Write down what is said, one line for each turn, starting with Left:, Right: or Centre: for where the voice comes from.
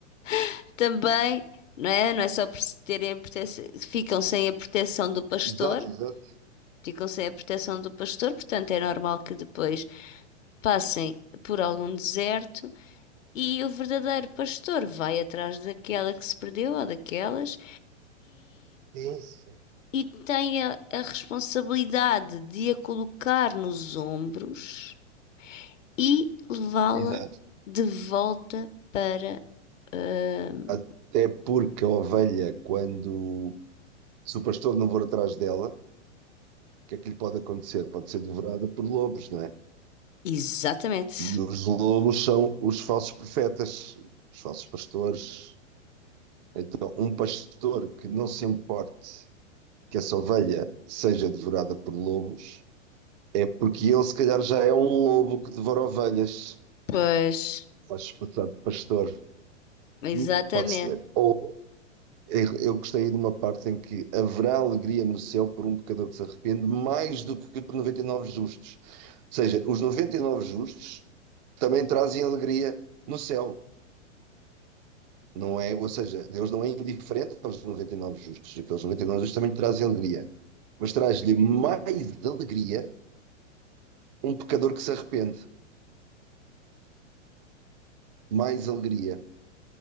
Left: <laughs> também, não é? Não é só por se terem a proteção, ficam sem a proteção do pastor,
Right: Exato, exato.
Left: ficam sem a proteção do pastor, portanto é normal que depois passem por algum deserto e o verdadeiro pastor vai atrás daquela que se perdeu ou daquelas
Right: Sim, sim.
Left: e tem a, a responsabilidade de a colocar nos ombros e levá-la
Right: Exato.
Left: de volta para. ahm,
Right: Até porque a ovelha, quando se o pastor não for atrás dela, o que é que lhe pode acontecer? Pode ser devorada por lobos, não é?
Left: exatamente.
Right: E os lobos são os falsos profetas, os falsos pastores. Então, um pastor que não se importe que essa ovelha seja devorada por lobos, é porque ele, se calhar, já é um lobo que devora ovelhas.
Left: Pois,
Right: Faz-se passar de pastor.
Left: exatamente,
Right: Hum, Pode ser. Ou Eu eu gostei de uma parte em que haverá alegria no céu por um pecador que se arrepende, mais do que por 99 justos. Ou seja, os 99 justos também trazem alegria no céu. Não é, ou seja, Deus não é indiferente aos 99 justos. Aqueles 99 justos também trazem alegria. Mas traz-lhe mais alegria um pecador que se arrepende. Mais alegria.